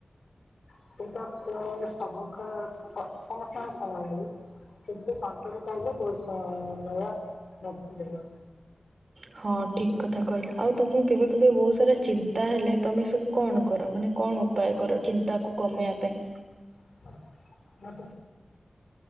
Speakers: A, on the left; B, on the right.
A: <unintelligible> କିନ୍ତ କଣ୍ଟ୍ରୋଲ କଲେ ବହୁତ ସମୟ ବଞ୍ଚିଯାଏ।
B: ହଁ ଠିକ୍ କଥା କହିଲା ଆଉ ତମକୁ କେବେ କେବେ ବହୁତ ସାରା ଚିନ୍ତା ତାହେଲେ ତୁମେ ସବୁ କଣ କର ମାନେ କଣ ଉପାୟ କର ଚିନ୍ତାକୁ କମେଇବା ପାଇଁ?
A: <unintelligible> ପା